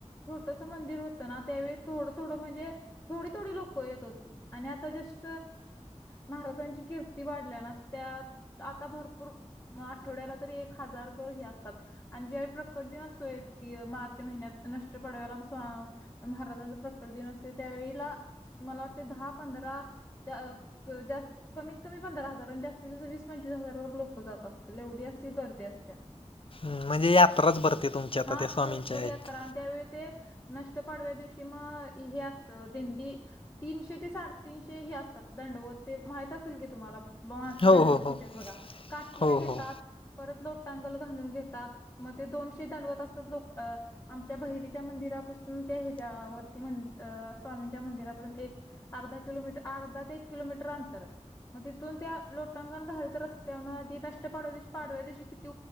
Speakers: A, on the left; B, on the left.
A: छोटस मंदिर होतं ना त्यावेळी थोडं, थोडं म्हणजे थोडी, थोडी लोक क येत होती आणि आता जशी महाराजांची कीर्ती वाढल्या ना त्या आता भरपूर आठवड्याला तरी एक हजारभर हे असतात आणि जेहा प्रकट दिन असतो एक ती मार्च महिन्यात नष्ट पडवायाला सा महाराजांचा प्रकर दिन असते त्यावेळेला मला वाटते दहा पंधरा त्या क जास्त कमीत कमी पंधरा हजार आणि जास्त जस वीस पंचवीस हजार वर लोक जात असतील एवढी अशी गर्दी असत्या
B: म्हणजे यात्राच भरते तुमच्या आता
A: हां,
B: त्या स्वामींच्या
A: भरपूर
B: येत
A: यात्रा आणि त्यावेळी ते नष्ट पाडव्या दिवशी मग हे असतं दिंडी तीनशे ते साडेतीनशे हे असतात दंडवत ते माहीत असेल की तुम्हाला ब माणस
B: हो
A: दंडवत
B: हो हो
A: घेतात बघा काटीन
B: हो
A: घेतात
B: हो हम्म,
A: परत लोटटांगल घालून घेतात मग ते दोनशे दांडवत असतात लोक अ आमच्या बहिरीच्या मंदिरापासून त्या हच्या वर्ती म्हणत स्वामींच्या मंदिरापर्यंत एक अर्धा किलोमीटर अर्धा ते एक किलोमीटर अंतर आहे मग तिथून त्या लोटांंगण घालत तर रस्त्यान ती नष्ट पाडवा तवशी पाडव्या दिवशी किती